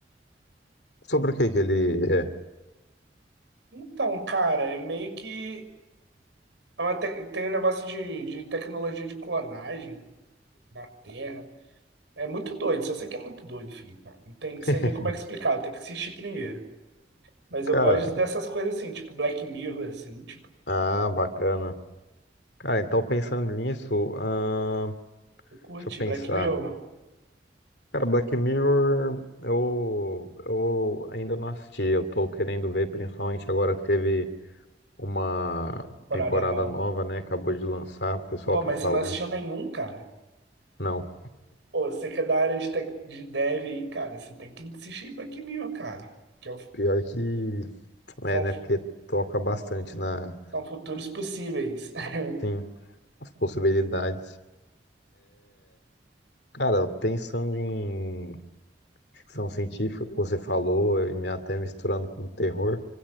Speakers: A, on the left; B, on the right.
A: Sobre o que que ele é?
B: Então, cara, é meio que é uma tec- tem um negócio de, de tecnologia de clonagem na Terra. É muito doido, só sei que é muito doido, filho, cara. Não tem,
A: <laughs>
B: sei nem como é que explicar, tem que assistir primeiro. Mas
A: Cara,
B: eu gosto dessas coisas assim, tipo Black Mirror, assim, tipo,
A: ah, bacana. Cara, então pensando nisso, ahn,
B: eu curti
A: deixa eu pensar.
B: Black Mirror,
A: Cara, Black Mirror, eu, eu ainda não assisti. Eu tô querendo ver, principalmente agora que teve uma
B: temporada
A: temporada
B: nova.
A: nova, né? Acabou de lançar, o pessoal
B: Pô,
A: tá
B: mas
A: falando.
B: você não assistiu nenhum, cara?
A: Não,
B: Pô, você que é da área de, tech, de dev aí, cara, você tem que assistir Black Mirror, cara. Que é o-
A: pior que
B: são,
A: é, né? Porque toca bastante na,
B: são futuros possíveis. <laughs>
A: sim, as possibilidades. Cara, pensando em ficção científica, que você falou, e me- até misturando com terror,